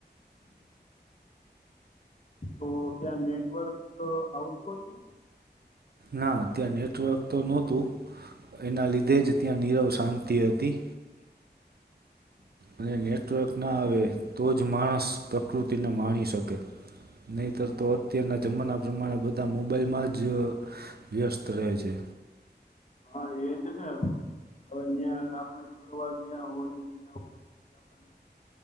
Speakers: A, on the left (about 40°); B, on the right (about 60°).
A: તો ત્યાં નેટવર્ક આવતું હતું?
B: ના ત્યાં નેટવર્ક તો નહોતું એના લીધે જ ત્યાં નીરવ શાંતિ હતી અને નેટવર્ક ના આવે તો જ માણસ પ્રકૃતિને માણી શકે. નીતર તો અત્યારના જમાના પ્રમાણે બધા મોબાઈલમાં જ વ્યસ્ત રહે છે.
A: હા એજ ને હવે ત્યાં આપણે ફરવા ગયા હોય પછી આપણને